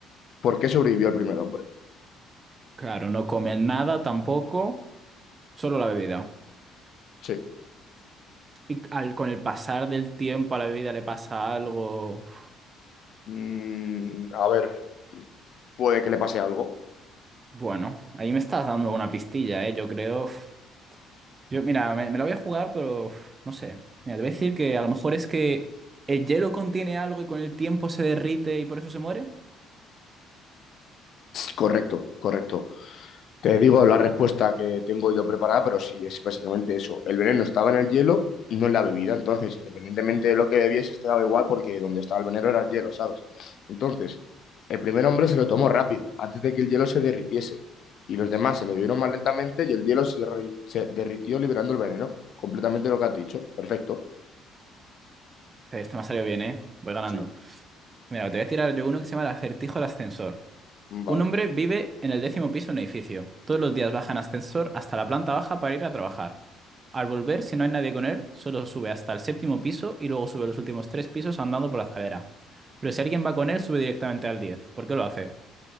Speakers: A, on the left; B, on the right.
A: ¿Por qué sobrevivió el primer hombre?
B: Claro, no comen nada tampoco, solo la bebida.
A: Sí.
B: y al, con el pasar del tiempo a la bebida le pasa algo. Uf,
A: Mm, a ver, puede que le pase algo.
B: Bueno, ahí me estás dando una pistilla, ¿eh? Yo creo. uf, Yo, mira, me, me la voy a jugar, pero uf, no sé. Mira, te voy a decir que a lo mejor es que el hielo contiene algo y con el tiempo se derrite y por eso se muere.
A: Correcto, correcto. Te digo la respuesta que tengo yo preparada, pero sí, es básicamente eso. El veneno estaba en el hielo, no en la bebida. Entonces, independientemente de lo que bebieses, te daba igual porque donde estaba el veneno era el hielo, ¿sabes? Entonces, el primer hombre se lo tomó rápido, antes de que el hielo se derritiese. Y los demás se lo bebieron más lentamente y el hielo se, derri- se derritió liberando el veneno. Completamente lo que has dicho. Perfecto.
B: Este me ha salido bien, ¿eh? Voy ganando.
A: Sí.
B: Mira, te voy a tirar yo uno que se llama el acertijo del ascensor.
A: Vale.
B: Un hombre vive en el décimo piso de un edificio. Todos los días baja en ascensor hasta la planta baja para ir a trabajar. Al volver, si no hay nadie con él, solo sube hasta el séptimo piso y luego sube los últimos tres pisos andando por la escalera. Pero si alguien va con él, sube directamente al diez. ¿Por qué lo hace?